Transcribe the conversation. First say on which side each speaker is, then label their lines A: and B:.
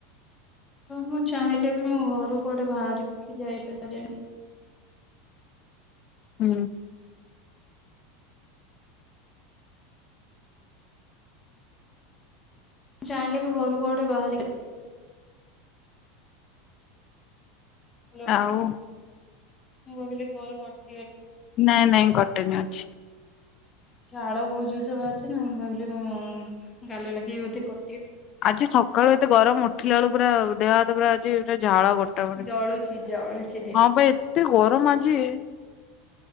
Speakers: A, on the left; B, on the left.
A: ମୁଁ ଚାହିଁଲେ ବି ମୁଁ ଘରକୁ ଗୋଟେ ବାହାରିିକି ଯାଇପାରେ
B: ହୁଁ।
A: ଚଁଲେ ବି ଘରୁ ଘୋଡ଼େ ବାହାର ଗ ହ୍ୟାଲୋ
B: ଆଉ
A: ମୁଁ ଭାବିଲି କଲ୍ କରି
B: ନାଇଁ ନାଇଁ କଟନ ଅଛି।
A: ାଳ ବୋହୁ ଯୋଉ ସବୁ ଅଛି ନା ମୁଁ ଭାବିଲି ମୁଁ ଗାଲି ଲାଗି ବୋଧେ କ
B: ଆଜି ସକାଳୁ ଏତେ ଗରମ ଉଠିଲା ବେଳୁ ପୁରା ଦେହରେ ଆଜି ଝାଳ ଗଟ ଟ
A: ଜଳୁଛି ଜଳୁଛି ଦେହ।
B: ହଁ ଭ ଏତେ ଗରମ ଅଛି କି